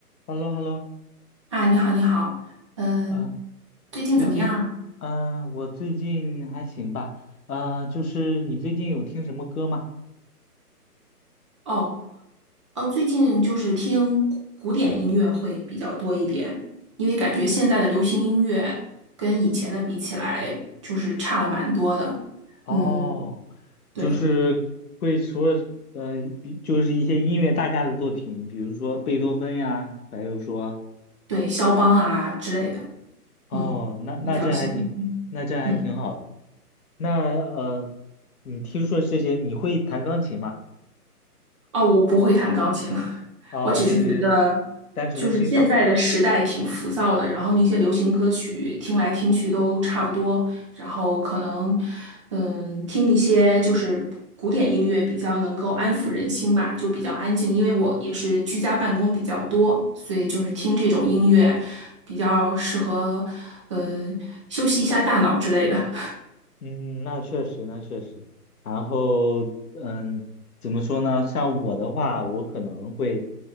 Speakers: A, on the left; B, on the right.
A: h e l l o h e l l o
B: 啊，你好，你好，嗯，
A: 啊，
B: 最近怎么样啊？
A: 最近，嗯、我最近还行吧，呃，就是你最近有听什么歌吗？
B: 哦，哦，最近就是听古古典音乐会比较多一点，因为感觉现在的流行音乐跟以前的比起来，就是差了蛮多的。
A: 哦，
B: 嗯，对
A: 就是会说，呃，比就是一些音乐大家的作品，比如说贝多芬呀，还有说，
B: 对，肖邦啊之类的，
A: 哦，
B: 嗯，
A: 那那这还挺，
B: 你比较喜欢。嗯，
A: 那这还挺好的。
B: 嗯
A: 那呃，你听说这些，你会弹钢琴吗？
B: 哦，我不会弹钢琴，<laughs> 了。
A: 哦，
B: 我只是觉得，
A: 就是单纯的欣赏。
B: 就是现在的时代挺浮躁的，然后那些流行歌曲听来听去都差不多，然后可能，嗯，听一些就是古典音乐比较能够安抚人心吧，就比较安静。因为我也是居家办公比较多，所以就是听这种音乐比较适合，呃，休息一下大脑之类的。
A: 嗯，那确实，那确实。然后，嗯，怎么说呢？像我的话，我可能会，